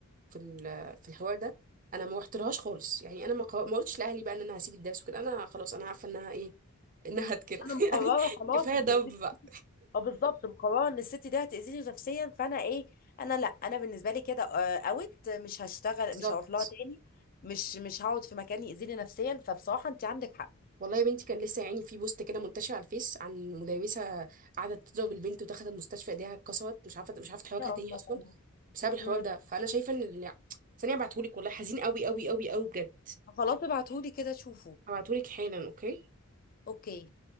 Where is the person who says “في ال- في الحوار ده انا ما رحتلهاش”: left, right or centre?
Right